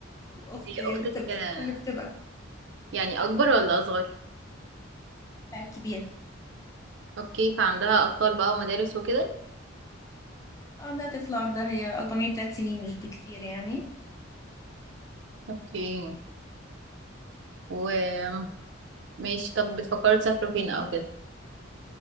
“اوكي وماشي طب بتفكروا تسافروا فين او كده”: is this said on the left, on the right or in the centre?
Right